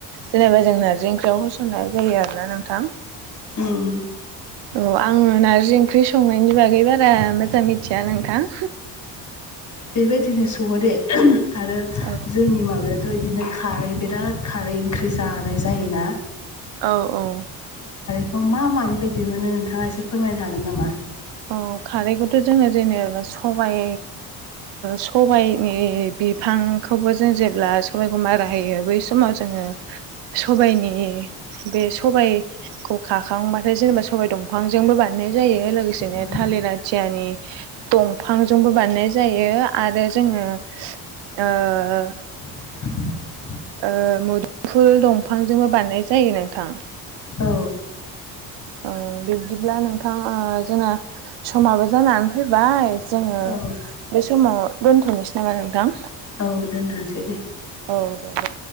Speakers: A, on the right; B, on the left.
A: जेनेबा जों नारजि ओंख्रियाव होसननाय जायो आरोना नोंथां
B: उम
A: औ। आङो नार्जि ओंख्रि संनायनि बागै बारा मोजां मिथिया नोंथां।
B: बेबायदिनो सङो दे आरो
A: औ
B: जोंनि माबाया बिदिनो खारै बिराद खारै ओंख्रि जानाय जायोना।
A: औ औ।
B: खौ मा मानिफ्राय दिहुनो नोंथाङा एसे फोरमायनो हागोन नामा?
A: औ खारैखौथ' जोङो जेनेबा सबाइ सबाइनि बिफांखौबो जों जेब्ला सबायाइखौ मारा होयो बै समाव जोङो <inaudible> सबाइनि बे सबाइखौ खाखांबाथाय जेनेबा सबाइ दंफांजोंबो बानाय नाय जायो। लोगोसे बिदिनो
B: ओ
A: थालिर आथियानि दंफांजोंबो बानायनाय जायो आरो जोङो ओ
B: <inaudible>
A: ओ मुदुफुल दंफांजोंबो बानायनाय जायो नोंथां।
B: औ
A: ओ बिब्दिब्ला नोंथां जोंना समाबो जानानै फैबाय। जोङो
B: औ
A: बे समाव दोनथ'नोसै नामा नोंथां?
B: औ दोनथ'सै दे।
A: औ दे दे